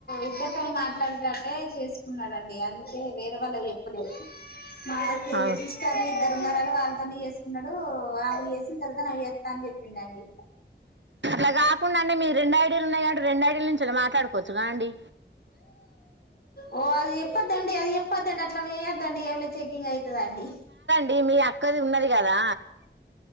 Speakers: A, on the left; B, on the right.
A: ఇద్దరు తొనే మాట్లాడెటట్టే చేసుకున్నాడండి అన్ టే వేరే వాళ్ళకి చెప్పలేదు మాకి
B: అవును
A: సిస్టర్లు ఇద్దరు ఉన్నారని వాళ్ళతోనే చేసుకున్నడు ఆవి వేసిన తరు త నాకు జేత్తా అని చెప్పిండండి
B: అట్లకాకుండా మీరు రెండు ఐడీలు ఉన్నాయి కాబట్టి రెండు ఐడిల నుంచి మాట్లాడుకోవచ్చునా అండి
A: ఓ అది చెప్పోద్దండి అది చెప్పద్దండి అట్లా వేయొద్దండి ఏమ్ లే చెకింగ్ అయితదండి
B: డి మీ అక్కది ఉన్నది కదా